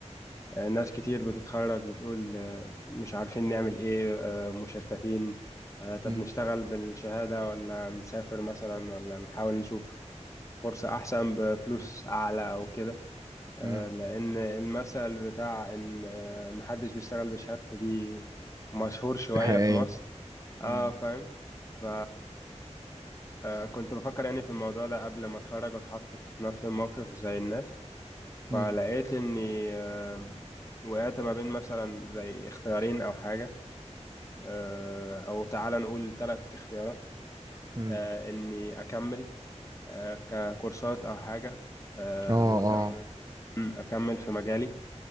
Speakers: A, on the left; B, on the right.
A: آه، ناس كتير بتتخرج بتقول آه، مش عارفين نعمل ايه آه، مشتتين آه، طب
B: مم.
A: نشتغل بالشهادة ولا نسافر مثلا ولا نحاول نشوف فرصة احسن بفلوس اعلى او كده آه،
B: مم.
A: لأن المثل بتاع إن آه، محدش بيشتغل بشهادته دي مشهور شوية
B: دي حقيقية
A: في مصر اه
B: مم.
A: فاهم ف آه، كنت بفكر يعني في الموضوع ده قبل ما اتخرج واتحط في نفس الموقف زي الناس فلقيت
B: مم.
A: اني آه، وقعت ما بين مثلا زي اختيارين او حاجة آه، او تعالى نقول ثلاث اختيارات
B: مم.
A: آه، اني اكمل آه، ككورسات او حاجة آه،
B: اه
A: واكمل
B: اه
A: مم، اكمل في مجالي